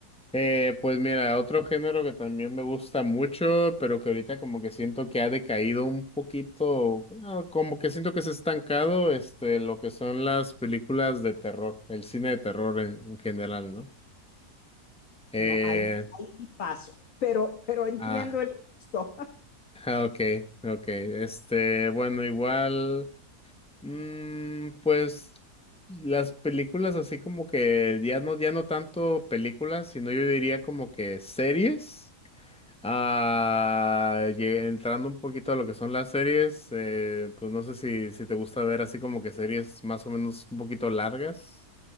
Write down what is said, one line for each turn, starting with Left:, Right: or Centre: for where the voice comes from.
Centre: Eh, pues mira, otro género que también me gusta mucho, pero que ahorita como que siento que ha decaído un poquito, bueno, como que siento que se ha estancado, este, lo que son las películas de terror, el cine de terror en, en general, ¿no? Eh,
Left: No, ahí, ahí sí paso, pero, pero entiendo
Centre: ah,
Left: el gusto.
Centre: <laughs> ok, ok, este, bueno, igual, mm, pues las películas así como que ya no, ya no tanto películas, sino yo diría como que series. Ah, lle- entrando un poquito a lo que son las series, eh, pues no sé si, si te gusta ver así como que series más o menos un poquito largas.